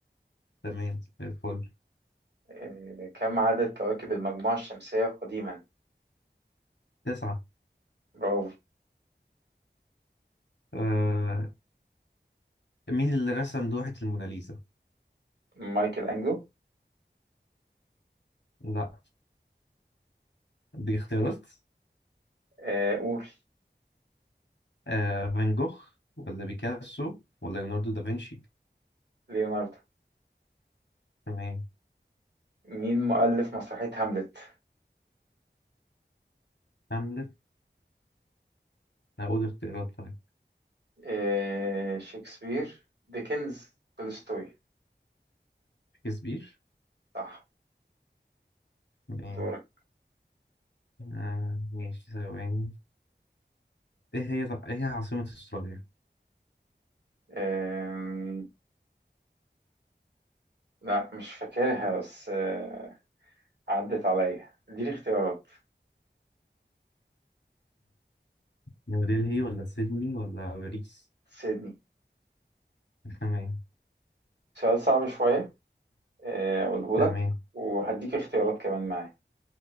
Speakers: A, on the left; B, on the right.
A: تمام زي الفل
B: آه كم عدد كواكب المجموعة الشمسية قديما
A: تسعة
B: برافو
A: آه مين اللي رسم لوحة الموناليزا
B: مايكل أنجلو
A: لا دي اختيارات
B: آه قول
A: آه فان جوخ ولا بيكاسو ولا ليوناردو دافنشي
B: ليوناردو
A: تمام
B: مين مؤلف مسرحية هاملت
A: هاملت اقول اختيارات طيب
B: آه شكسبير ديكنز تولستوي
A: شكسبير
B: صح
A: تمام
B: دورك
A: آه ماشي ثواني ايه هي ايه هي عاصمة استراليا
B: آه لا مش فاكرها بس آه، عدت عليا اديني اختيارات
A: نيودلهي ولا سيدني ولا باريس
B: سيدني
A: تمام
B: سؤال صعب شوية آه، اقوله
A: تمام
B: لك وهديك اختيارات كمان معاه